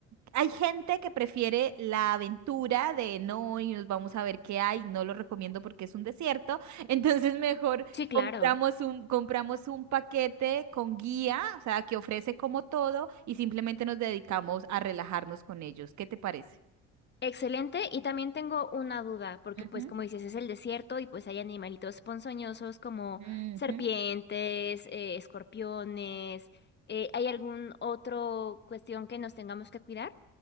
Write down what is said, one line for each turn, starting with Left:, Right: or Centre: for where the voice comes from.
Right: hay gente que prefiere la aventura de no, y nos vamos a ver qué hay. No lo recomiendo porque es un desierto. <laughs> Entonces mejor
Left: Sí, claro.
Right: compramos un, compramos un paquete con guía, o sea, que ofrece como todo y simplemente nos dedicamos a relajarnos con ellos. ¿Qué te parece?
Left: Excelente, y también tengo una duda, porque
Right: Ujú,
Left: pues como dices, es el desierto y pues hay animalitos ponzoñosos como
Right: ujú.
Left: serpientes, eh, escorpiones, eh, ¿hay algún otro cuestión que nos tengamos que cuidar?